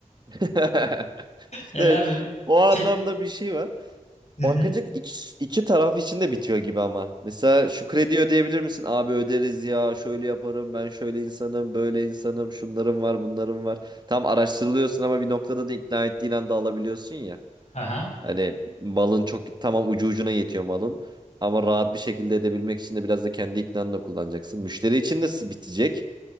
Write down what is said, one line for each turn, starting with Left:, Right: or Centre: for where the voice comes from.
Right: <laughs> İşte
Left: Gel abi
Right: o anlamda
Left: tek...
Right: bir şey var.
Left: Hı
Right: Bankacılık
Left: hı.
Right: iki, iki taraf için de bitiyor gibi ama. Mesela şu kredi ödeyebilir misin? Abi öderiz ya. Şöyle yaparım. Ben şöyle insanım. Böyle insanım. Şunlarım var. Bunlarım var. Tam araştırılıyorsun ama bir noktada da ikna ettiğin anda alabiliyorsun ya.
Left: Aha.
Right: Hani malın çok tamam ucu ucuna yetiyor malın. Ama rahat bir şekilde edebilmek için de biraz da kendi iknanı da kullanacaksın. Müşteri için de s- bitecek.